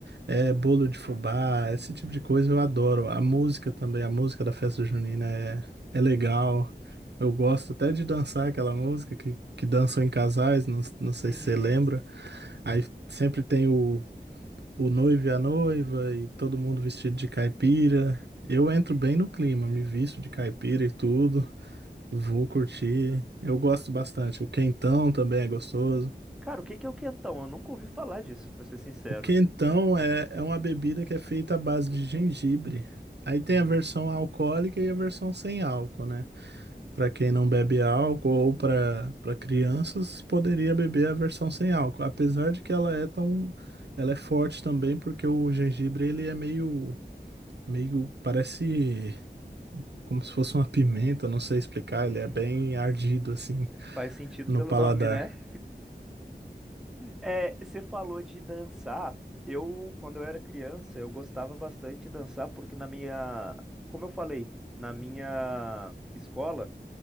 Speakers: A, on the right; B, in the centre.
A: é, bolo de fubá, esse tipo de coisa eu adoro. A música também, a música da festa junina é, é legal. Eu gosto até de dançar aquela música que, que dançam em casais, não, não sei
B: Uhum.
A: se você lembra. Aí sempre tem o, o noivo e a noiva e todo mundo vestido de caipira. Eu entro bem no clima, me visto de caipira e tudo, vou curtir. Eu gosto bastante. O quentão também é gostoso.
B: Cara, o que que é o quentão? Eu nunca ouvi falar disso, pra ser sincero.
A: O quentão é, é uma bebida que é feita à base de gengibre. Aí tem
B: Hum,
A: a versão alcoólica e a versão sem álcool, né? Para quem não bebe álcool ou para para crianças, poderia beber a versão sem álcool, apesar de que ela é tão ela é forte também porque o gengibre ele é meio meio parece como se fosse uma pimenta, não sei explicar,
B: hum.
A: ele é bem ardido assim
B: É, faz sentido
A: no
B: pelo
A: paladar.
B: nome, né? É, você falou de dançar. Eu, quando eu era criança, eu gostava bastante de dançar, porque na minha, como eu falei, na minha escola,